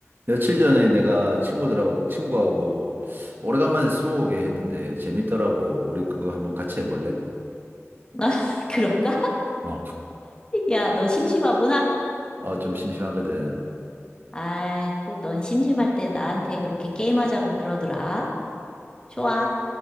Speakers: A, on the right; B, on the left.
A: 며칠 전에 내가 친구들하고, 친구하고 오래간만에 스무고개 했는데 재밌더라고. 우리 그거 한번 같이 해볼래?
B: 아, <laughs> 그럴까?
A: 어,
B: 야, 너 심심하구나?
A: 어, 좀 심심하거든.
B: 아이, 꼭 넌 심심할 때 나한테 그렇게 게임하자고 그러더라. 좋아.